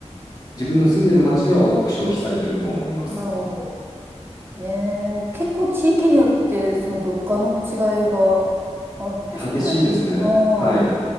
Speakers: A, on the left; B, on the right.
A: 自分の住んでる町では多く消費されてると思います。
B: ん。なるほど。えー、結構地域によって、その物価の違いがあるんですね。
A: 激しいですね。
B: ああ。
A: はい。